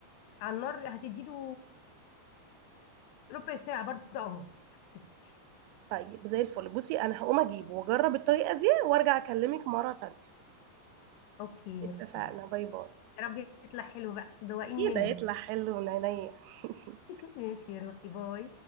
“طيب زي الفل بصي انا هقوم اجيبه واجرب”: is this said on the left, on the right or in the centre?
Right